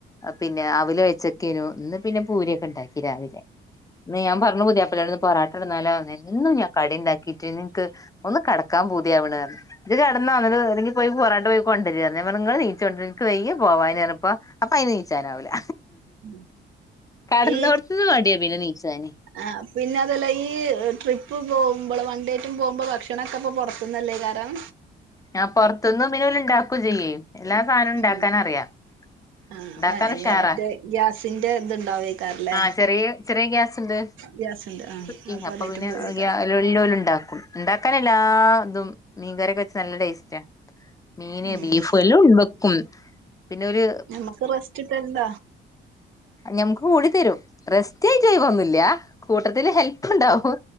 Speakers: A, on the left; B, on the right.
A: പിന്ന അവല വെച്ചൊക്കേു ഇന്ന് പിന്നെ പൂരിയൊക്കെ ഉണ്ടാക്കി രാവിലെന്ന് ഞാൻ പറഞ്ഞു പുതിയ അപ്പവിന്ന് പൊറട്ട ഇടന്നാല എന്നും ഞാൻ കട ഉണ്ടാക്കിട്ട് നിങ്ങക്ക് ഒന്ന് കട ക്കാ പൂതിയാവ്ണ് ഇത് കിടന്നല്ലങ്കിൽ പോയി പോറാട്ട പോയി കൊണ്ടി നിങ്ങള് നീച്ചു കൊണ്ടിക്ക് വ്യ പോകാനായി ഇപ്പോ അപ്പൊ അയിന് നിച്ചാനാവൂല്ല
B: ഉം
A: കടന്നോടത്തത്
B: ഈ
A: മടിയ പിന്നെ നി ച്ചാന്
B: ആ പിന്നെ അതല്ല ഈ ട്രിപ്പ് പോകുമ്പോൾ വൺണ്ടേറ്റും പോകുമ്പോ ഭക്ഷണൊക്കെ ഇപ്പൊ പുറത്തന്നല്ലേ കാരം
A: ഞാൻ പുറത്തൊന്നും <unintelligible> ഇണ്ടാ ചെയും എല്ലാ സാധനവും ഉണ്ടാക്കാൻ
B: ഉം
A: അറിയാം
B: ആ
A: ഉണ്ടാക്കൻ
B: മ- ഇങ്ങ-
A: ഉഷാറാ
B: മറ്റേ ഗ്യാസിന്റെ ഇത്ണ്ടാവേക്കാരല്ലേ
A: ആഹ് ചെറിയ ചെറിയ ഗ്യാസ്ണ്ട്
B: ഗ്യാസിന്റെ ആ
A: കുറ്റി അപ്പൊ
B: അതേറ്റും
A: പിന്നെ്യല്ലല
B: പോവേക്കാരം
A: ഉണ്ടാക്കൂ ഉണ്ടാക്കാന എല്ലാ ഇതും മീൻകറിഒക്കെ വെച്ച് നല്ല ടേസ്റ്റാ മീന്
B: ഉം
A: ബീഫും എല്ലാം ഉണ്ടെക്കും പിന്നെ ഒരു
B: നമ്മക്ക് റെസ്റ്റ് കിട്ടൽ ഇണ്ട
A: ഞമ്മക്ക് കൂടി തരും റെസ്റ്റായി ട്ടൊന്നൂല്ല കൂട്ടത്തിൽ ഹെല്പ്പ് ഉണ്ടാവും